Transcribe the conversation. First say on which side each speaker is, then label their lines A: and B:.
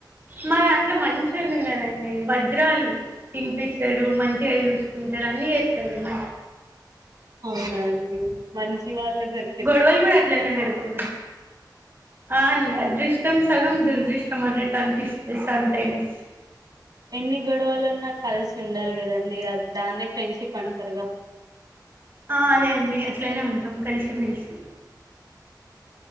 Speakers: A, on the right (about 35°); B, on the right (about 65°).
A: మా దాంట్లో మాంచోల్లున్నాదండి వ. నిద్రాలు తినిపిస్తారు మంచిగా జూసుకుంటారు అన్ని జేస్తారుమా.
B: అవునండి మంచి వాళ్ళే దొరి.
A: గోడవల్ గూడా అట్లనే బెడుతది. అ అని అదృష్టం సగం దురదృష్టం అన్నట్టు అనిపిస్తది సమ్ టైమ్స్.
B: ఎన్ని గొడవలు ఉన్నా కలిసి ఉండాలి కదండి గ దాన్న ఫ్రెండ్షిప్ అంటారుగా.
A: ఆ అదే అండి అట్లనే ఉంటం కలిసిమెలిసి.